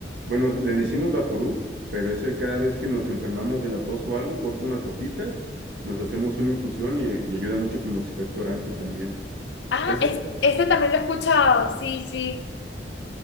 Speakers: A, on the right; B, on the left.
A: bueno, le decimos Vaporub, pero ese cada vez que nos enfermamos de la tos o algo, corto unas hojitas, nos hacemos una infusión y, y ayuda mucho como expectorante también.
B: Ah,
A: Ese,
B: es- este también lo he escuchado, sí, sí,